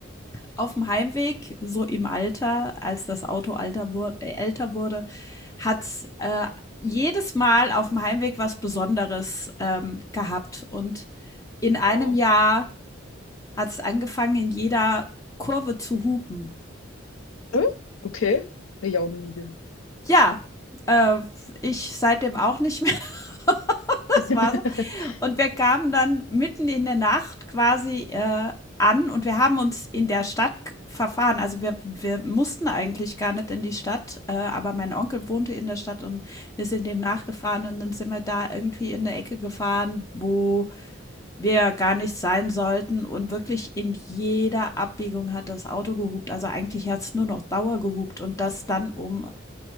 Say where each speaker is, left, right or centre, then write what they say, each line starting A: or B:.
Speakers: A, on the left; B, on the left.
A: auf dem Heimweg, so im Alter, als das Auto alter wur äh, älter wurde, hat's, äh, jedes Mal auf dem Heimweg was Besonderes, ähm, gehabt. Und in einem
B: Oh.
A: Jahr hat's angefangen, in jeder Kurve zu hupen.
B: Hä? Okay. Hab ich auch noch nie gehört.
A: Ja, äh, ich seitdem auch nicht mehr. <laughs> Das
B: <laughs>
A: war so. Und wir kamen dann mitten in der Nacht quasi, äh, an und wir haben uns in der Stadt g verfahren. Also, wir wir mussten eigentlich gar nicht in die Stadt, äh, aber mein Onkel wohnte in der Stadt und wir sind dem nachgefahren und dann sind wir da irgendwie in 'ne Ecke gefahren, wo wir gar nicht sein sollten und wirklich in jeder Abbiegung hat das Auto gehupt. Also, eigentlich hat es nur noch Dauer gehupt und das dann um